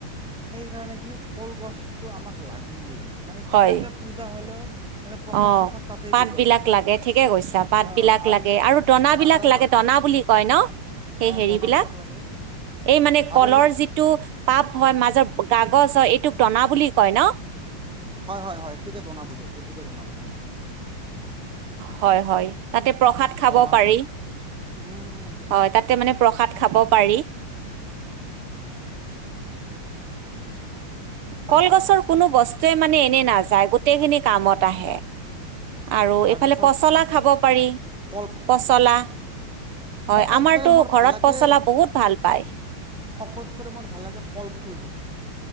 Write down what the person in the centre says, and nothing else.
সেই কাৰণে কি কলগছটো আমাক লাগেই। মানে
কিবা এটা পূজা হলেও মানে প্ৰসাদ
চসাদ তাতেই
দিব
লাগে।
অ
যদি
আৰু
অ
দনাবিলাক লাগে।
আৰু
হয়-হয়-হয়। সেইটোকে দনা, সেইটোকে দনা বুলি হয়।
দনা
বনে উম উম
হয় হয়
তাৰপিছত
কল
সকলোতকৈ
মোৰ
ভাল লাগে
সকলোতকৈ মোৰ ভাল লাগে কলফুলটো খাই।